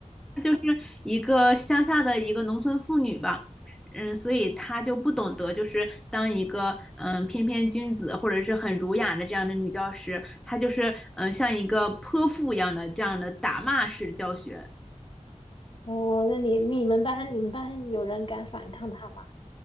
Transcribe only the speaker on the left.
哦，那你你们班你们班有人敢反抗他吗？